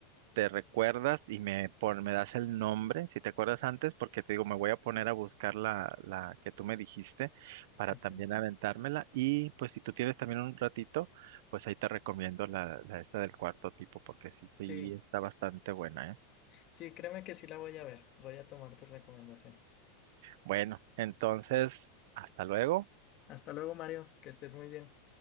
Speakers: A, on the right; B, on the left.
A: te recuerdas y me, pon- me das el nombre, si te acuerdas antes, porque te digo, me voy a poner a buscar la, la que tú me dijiste para
B: Ujú.
A: también aventármela. Y pues si tú tienes también un ratito, pues ahí te recomiendo la, la esta del cuarto tipo, porque sí, sí
B: Sí,
A: está bastante buena, ¿eh?
B: sí, créeme que sí la voy a ver. Voy a tomar tu recomendación.
A: Bueno, entonces, hasta luego.
B: Hasta luego, Mario, que estés muy bien.